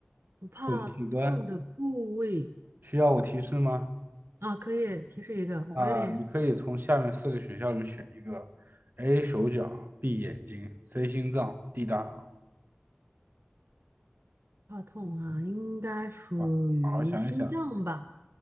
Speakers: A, on the right; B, on the right.
A: 不怕痛的部位
B: 滚器官。需要我提示吗？
A: 啊，可以提示一个，我有点
B: 啊，你可以从下面四个选项里面选一个：A. 手脚，B. 眼睛，C. 心脏，D. 大脑。
A: 怕痛啊，应该属于心脏吧？
B: 啊，好好想一想。